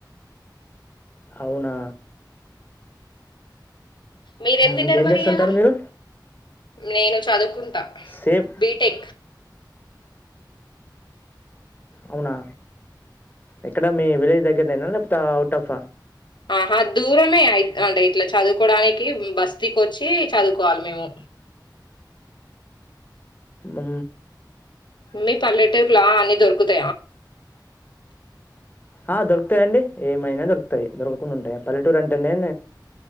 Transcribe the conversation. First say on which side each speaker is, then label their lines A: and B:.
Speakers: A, on the left; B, on the left.
A: అవునా
B: మీరేం తిన్నారు
A: ఇంకేం
B: మరి
A: చేస్తుంటారు
B: ఇయాల
A: మీరు
B: నేను చదువుకుంటా
A: సేమ్
B: బిటెక్
A: అవునా ఎక్కడ మీ విలేజ్ దగ్గరనేనా లేకపోతే అవుట్ ఆఫ
B: ఆహా దూరమే అంటే ఇట్లా చదువుకోవడానికి బస్తీకి వచ్చి చదువుకోవాలి మేము
A: ఉ
B: మీ పల్లటకులా అ దొరకుత
A: ఆ దొరుకుతాయిండి ఏమైనా దొరుకుతాయి దొరకకుండా ఉంటాయి పల్లెటూరు అంటేనే